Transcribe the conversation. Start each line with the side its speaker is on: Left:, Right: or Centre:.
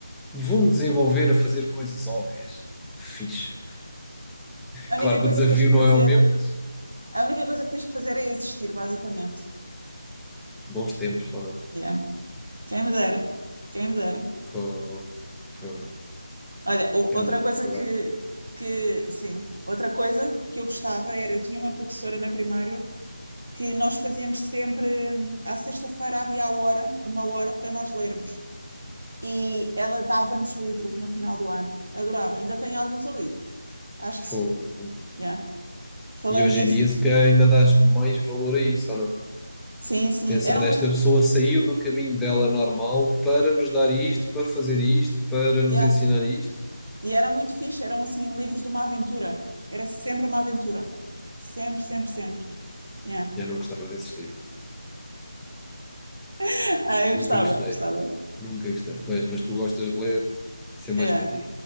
Centre: vou-me desenvolver a fazer coisas óbvias. Fixe.
Right: A
Centre: Claro
Right: única
Centre: que
Right: coisa
Centre: o desafio
Right: que tens que
Centre: não
Right: fazer,
Centre: é o mesmo, mas
Right: a única coisa que tens que fazer é existir, basicamente.
Centre: bons tempos, ou não?
Right: Yeah. Quem me dera. Quem me dera.
Centre: Fogo, fogo,
Right: Olha, o- outra
Centre: anda a
Right: coisa
Centre: recordar.
Right: que, que, sim, outra coisa que eu gostava era, eu tinha uma professora na primária que nós fazíamos sempre, hum, à sexta-feira havia a hora, uma hora para nós lermos. E ela dava-nos livros no final do ano. Adorava, ainda tem alguns ali. Acho que,
Centre: Fogo.
Right: se- yeah. Falando
Centre: E hoje
Right: nisso,
Centre: em dia, se calhar, ainda dás mais valor a isso, ou não?
Right: sim, sim,
Centre: Pensando,
Right: eram,
Centre: esta
Right: li-
Centre: pessoa saiu do caminho dela normal para nos dar isto, para fazer isto, para nos
Right: yeah.
Centre: ensinar isto.
Right: E era muito fixe, eram assim livros de uma aventura. Era sempre uma aventura. Sempre, sempre, sempre. Yeah.
Centre: Eu não gostava desses livros.
Right: <laughs> Ah, eu gostava,
Centre: Nunca gostei.
Right: gostava.
Centre: Nunca gostei. Pois, mas tu gostas de ler, isso é mais
Right: Yeah.
Centre: para ti.